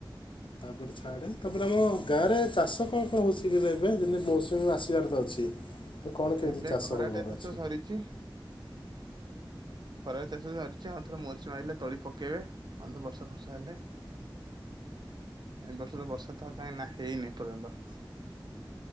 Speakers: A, on the left (about 80°); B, on the right (about 60°).
A: ତାପରେ ଛାଡ଼େ ତାପରେ ଆମ ଗାଁରେ ଚାଷ କଣ କଣ ହଉଛି କିରେ ଏବେ ଯେମିତି ମୌସୁମୀ ଆସିବାର ତ ଅଛି। ତ କ'ଣ କେମିତି
B: ଏବେ
A: ଚାଷ
B: ଖରାଟିଆ
A: ହେବାର
B: ଚାଷ
A: ଅଛି
B: ସରିଚି। ଖରା ଚାଷ ସରିଚି ଆଉ ଥରେ ମୌସୁମୀ ଆଇଲେ ତଳି ପକେଇବେ ଅନ୍ଧ ବର୍ଷା ଫର୍ଷା ହେଲେ। ଏଁ ବର୍ଷ ବର୍ଷା ତ କାଇଁ ନାଁ ହେଇନି ଏ ପର୍ଯ୍ୟନ୍ତ।